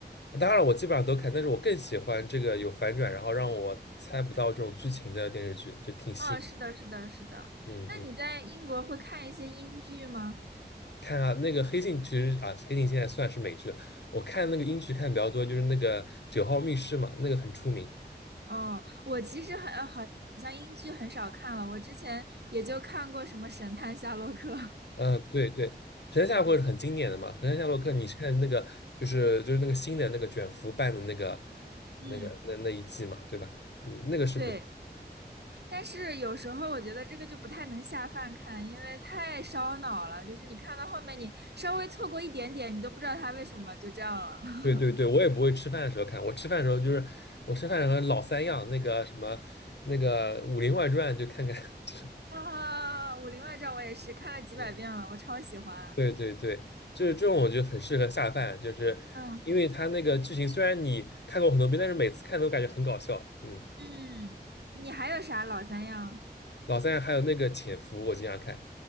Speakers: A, on the left; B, on the right.
A: 当然了我基本上都看，但是我更喜欢这个有反转，然后让我猜不到这种剧情的电视剧，就挺吸引。
B: 哦，是的，是的，是的。
A: 嗯嗯。
B: 那你在英国会看一些英剧吗？
A: 看啊，那个《黑镜》其实啊，《黑镜》现在算是美剧了。我看那个英剧看的比较多，就是那个《九号密室》嘛，那个很出名。
B: 哦，我其实很呃好像英剧很少看了，我之前也就看过什么《神探夏洛克》，
A: 嗯，呃对对，《神探夏洛克》是很经典的嘛，
B: <laughs> 对，
A: 《神探夏洛克》你是看那个就是就是那个新的那个卷福办的那个
B: 嗯，
A: 那个那那一季嘛，对吧？嗯，那个是不，
B: 对，但是有时候我觉得这个就不太能下饭看，因为太烧脑了，就是你看到后面，你稍微错过一点点，你都不知道他为什么就这样了。
A: 对对对，
B: <laughs>
A: 我也不会吃饭的时候看，我吃饭的时候就是我吃饭的时候老三样，那个什么那个《武林外传》就看看，<laughs>
B: 啊，《武林外传》我也是看了几百遍了，
A: 嗯。
B: 我超喜欢。
A: 对对对，就是这种，我觉得很适合下饭，就是因为它那个剧情虽然你看过很多遍，
B: 嗯
A: 但是每次看都感觉很搞笑。嗯，
B: 嗯，你还有啥老三样？
A: 老三还有那个《潜伏》，我经常看，